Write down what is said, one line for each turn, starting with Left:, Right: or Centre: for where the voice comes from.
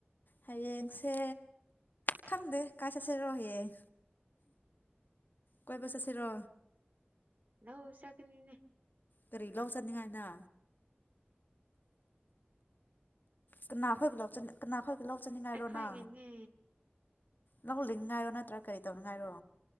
Left: ꯍꯌꯦꯡꯁꯦ ꯈꯪꯗꯦ ꯀꯥꯏ ꯆꯠꯁꯤꯔꯣ ꯍꯌꯦꯡ ꯀꯣꯏꯕ ꯆꯠꯁꯤꯔꯣ
Right: ꯂꯧ ꯆꯠꯀꯅꯤꯅꯦ
Left: ꯀꯔꯤ ꯂꯧ ꯆꯠꯅꯤꯡꯉꯥꯏꯅ ꯀꯅꯥ ꯈꯣꯏꯒ ꯀꯅꯥ ꯈꯣꯏꯒ ꯂꯧꯆꯅꯤꯡꯉꯥꯏꯔꯣꯅ
Right: ꯑꯩꯈꯣꯏꯒꯤꯅꯦ
Left: ꯂꯧꯂꯤꯡꯅꯤꯡꯉꯥꯏꯔꯣ ꯅꯠꯇ꯭ꯔꯥ ꯀꯔꯤ ꯇꯧꯅꯤꯡꯉꯥꯏꯔꯣ